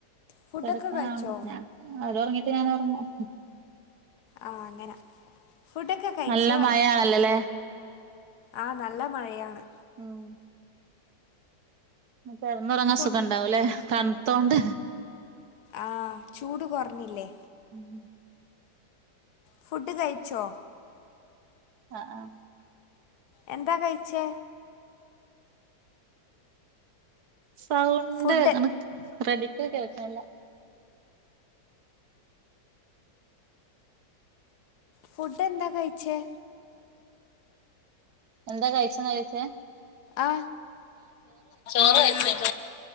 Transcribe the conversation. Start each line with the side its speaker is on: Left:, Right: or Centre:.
Left: ഫുഡൊക്കെ
Right: കിടക്കണം
Left: കഴിച്ചോ
Right: ഞാൻ അവർ ഉറങ്ങിട്ട് ഞാൻ ഉറങ്ങും
Left: ആ അങ്ങനെ ഫുഡൊക്കെ കഴിച്ചോ
Right: നല്ല മഴയാണല്ലോല്ലേ
Left: ആ നല്ല മഴയാണ്
Right: ഉം കെടന്നേറങ്ങാൻ
Left: ഫുഡ്
Right: സുഖണ്ടാവുല്ലേ തണത്തോണ്ട്
Left: ആ ചൂട് കുറഞ്ഞില്ലേ
Right: ഉം
Left: ഫുഡ് കഴിച്ചോ
Right: ആ ആ
Left: എന്താ കഴിച്ചേ
Right: സൗണ്ട്
Left: ഫുഡ്
Right: അനക്ക് റെഡിക്ക് കെക്കാനില്ല
Left: ഫുഡ് എന്താ കഴിച്ചേ
Right: എന്താ കഴിച്ചെന്നാ ചോയിച്ചെ
Left: ആ ചോറ് ആയിക്ക്ണ്